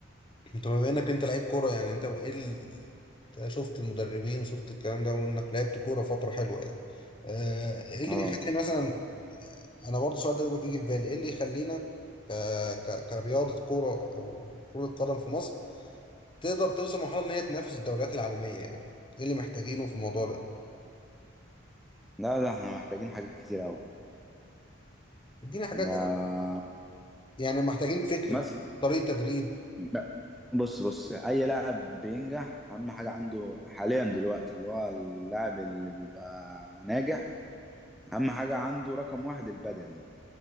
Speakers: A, on the left; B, in the centre.
A: انت بما انك انت لعيب كوره يعني انت ايه ال... أنت شفت المدربين وشفت الكلام ده وانك لعبت كوره فتره حلوه يعني آه، ايه اللي
B: اه
A: بيخلي مثلا آه، انا برضه السؤال ده بيبقى بيجي في بالي ايه اللي يخلينا ك... ك... كرياضه كوره او كره قدم في مصر تقدر توصل مرحلة إن هي تنافس الدوريات العالمية يعني إيه اللي محتاجينه في الموضوع ده؟
B: لا ده احنا محتاجين حاجات كتير قوي
A: اديني حاجات
B: ده
A: يعني محتاجين فكر
B: مثلا
A: طريقة تدريب
B: ب- بص بص اي لاعب بينجح اهم حاجه عنده حاليا دلوقتي اللي هو اللاعب اللي بيبقى ناجح اهم حاجه عنده رقم واحد البدني